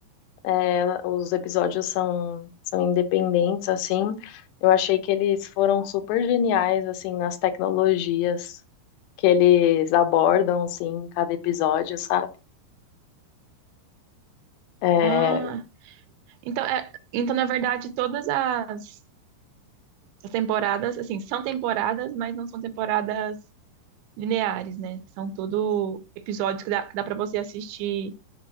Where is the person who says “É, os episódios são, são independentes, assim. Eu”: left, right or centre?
Left